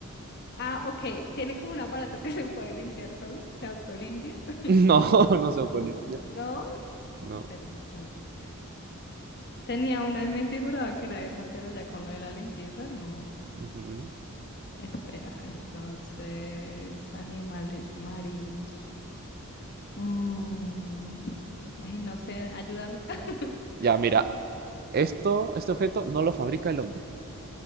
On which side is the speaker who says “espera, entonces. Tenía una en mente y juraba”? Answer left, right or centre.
Left